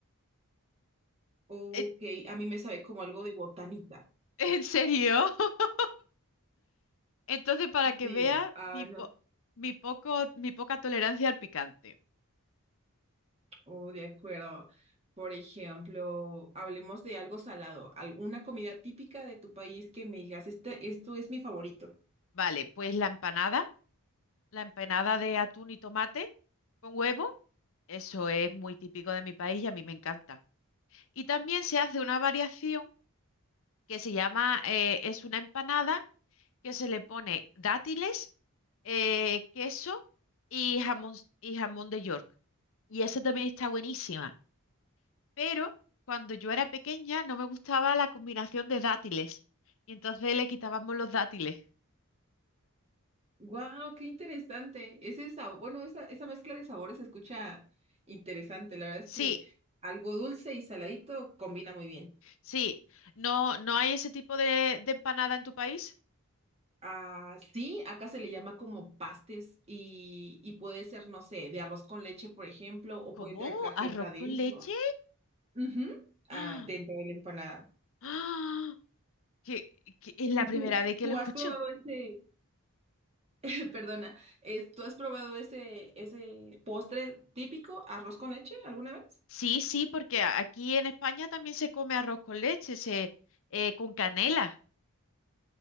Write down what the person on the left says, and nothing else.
Eh,
¿En serio? <laughs> Entonces, para que
veas
mi, po-
mi poco, mi poca tolerancia al picante.
Vale, pues la empanada, la empanada de atún y tomate con huevo, eso es muy típico de mi país y a mí me encanta. Y también se hace una variación que se llama, eh, es una empanada que se le pone dátiles eh, queso y jamón, y jamón de York. Y esa también está buenísima. Pero cuando yo era pequeña no me gustaba la combinación de dátiles. Y entonces le quitábamos los dátiles.
Sí,
sí. ¿No, no hay ese tipo de, de empanada en tu país?
¿Cómo?
¿Arroz
con leche?
¡Ah!
¡Ah! Que, que es la primera
vez que
lo escucho.
Sí, sí, porque a- aquí en España también se come arroz con leche, se, eh, con canela.